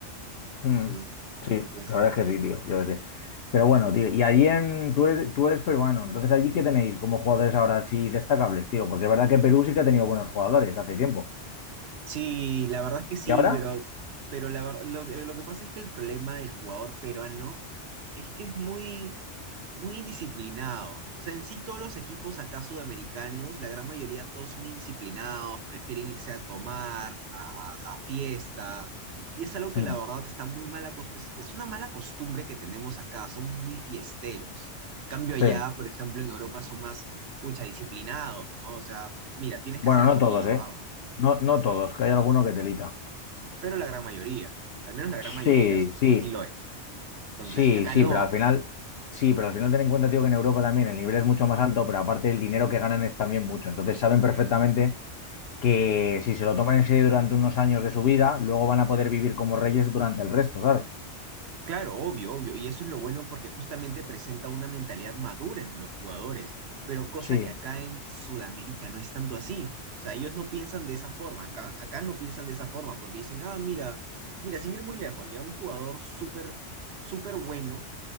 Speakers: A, on the left (about 60°); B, on the right (about 65°).
A: Mm.
B: Entonces,
A: Sí,
B: entonces
A: la verdad es que sí, tío, yo qué sé. Pero bueno, tío, y allí en, tú eres, tú eres peruano, entonces allí ¿qué tenéis como jugadores ahora así destacables, tío? Porque es verdad que Perú sí que ha tenido buenos jugadores hace tiempo.
B: Sí, la verdad es que sí,
A: ¿Y ahora?
B: pero, pero la ver- lo, que lo que pasa es que el problema del jugador peruano es que es muy, muy indisciplinado. O sea, en sí todos los equipos acá sudamericanos, la gran mayoría todos son indisciplinados, prefieren irse a tomar, a, a- a fiestas, y es algo que
A: Mm,
B: la verdad está muy mala, es, es una mala costumbre que tenemos acá, son muy fiesteros. Cambio allá,
A: Sí.
B: por ejemplo, en Europa son más, pucha, disciplinados, ¿no? O sea, mira, tienes
A: Bueno,
B: que hacer
A: no
B: esto
A: todos,
B: y lo
A: ¿eh?
B: hago
A: No, no todos, que hay alguno que telita.
B: pero la gran mayoría, al menos la gran mayoría
A: Sí,
B: sí,
A: sí.
B: sí lo es. Entonces,
A: Sí,
B: acá
A: sí,
B: no,
A: pero al final, sí, pero al final ten en cuenta, tío, que en Europa también el nivel es mucho más alto, pero aparte el dinero que ganan es también mucho. Entonces saben perfectamente que si se lo toman en serio durante unos años de su vida, luego van a poder vivir como reyes durante el resto, ¿sabes?
B: claro, obvio, obvio, y eso es lo bueno porque justamente presenta una mentalidad madura en los jugadores, pero cosa
A: Sí,
B: que acá en Sudamérica no es tanto así. O sea, ellos no piensan de esa forma, acá, acá no piensan de esa forma porque dicen, ah, mira, mira, sin ir muy lejos, ya un jugador súper, súper bueno